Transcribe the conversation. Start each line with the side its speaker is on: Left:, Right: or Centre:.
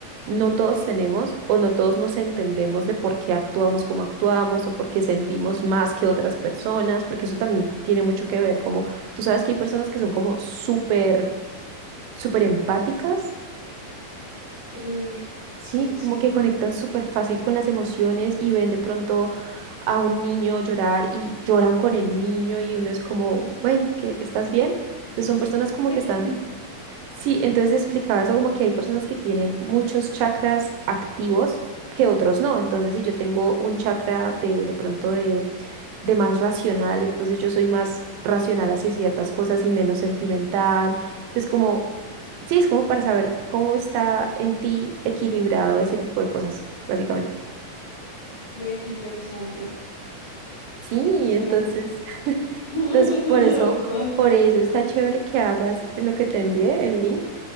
Right: no todos tenemos o no todos nos entendemos de por qué actuamos como actuamos o por qué sentimos más que otras personas, porque eso también tiene mucho que ver, como tú sabes que hay personas que son como súper, súper empáticas.
Left: Sí,
Right: Sí,
Left: sí, sí,
Right: como
Left: sí.
Right: que conectan súper fácil con las emociones y ven de pronto a un niño llorar y lloran con el niño y uno es como, güey, ¿qué? ¿Estás bien? Entonces son personas como que están
Left: Sí.
Right: Sí, entonces explicaba eso como que hay personas que tienen muchos chakras activos que otros no. Entonces, si yo tengo un chakra de, de pronto de, de más racional, entonces yo soy más racional hacia ciertas cosas y menos sentimental. Entonces, como, sí, es como para saber cómo está en ti equilibrado ese tipo de cosas, básicamente.
Left: Ve qué interesante,
Right: Sí,
Left: suena
Right: entonces,
Left: cool,
Right: <laughs>
Left: <laughs>
Right: entonces
Left: la
Right: por eso,
Left: verdad.
Right: por eso está chévere que hagas lo que te envié, el link,